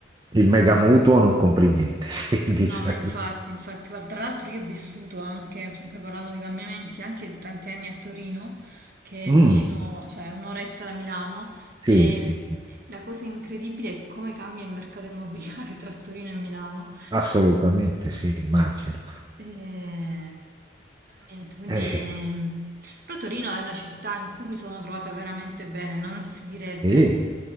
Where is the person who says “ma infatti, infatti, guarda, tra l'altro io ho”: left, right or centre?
Right